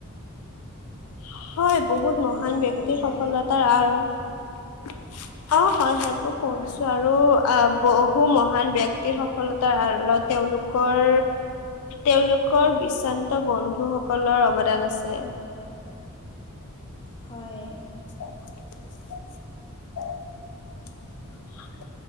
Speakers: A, on the left; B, on the left.
A: <inaudible> হয় বহুত মহান
B: তুমি চাগে
A: ব্যক্তিৰ
B: পঢ়িছাই
A: সফলতাৰ
B: সেইবোৰ।
A: আৰু অহঁ হয় হয় মউ পঢ়িছো
B: হয়,
A: আৰু আ ব বহু মহান ব্যক্তিৰ সফলতাৰ আঁৰত তেওঁলোকৰ তেওঁলোকৰ বিশান্ত বন্ধুসকলৰ অৱদান আছে।
B: হয়।
A: <inaudible>